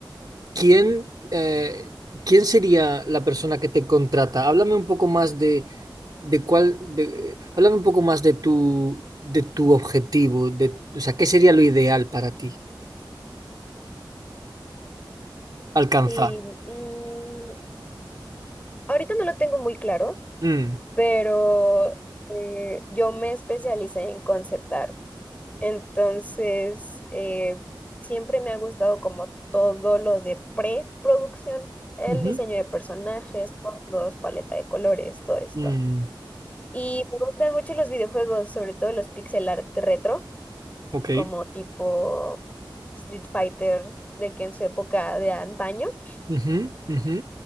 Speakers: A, on the right (about 55°); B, on the left (about 20°).
A: ¿Quién, eh, quién sería la persona que te contrata? Háblame un poco más de, de cuál, de- háblame un poco más de tu, de tu objetivo, de, o sea, ¿qué sería lo ideal para ti alcanzar?
B: y mm, ahorita no lo tengo muy claro,
A: Mm.
B: pero eh, yo me especialicé en concept art. Entonces, eh, siempre me ha gustado como todo lo de preproducción, el
A: Ujú.
B: diseño de personajes, fondos, paleta de colores, todo esto.
A: Mm.
B: Y me gustan mucho los videojuegos, sobre todo los pixel art retro,
A: Ok.
B: como tipo Street Fighter, de que en su época de antaño.
A: Ujú, ujú.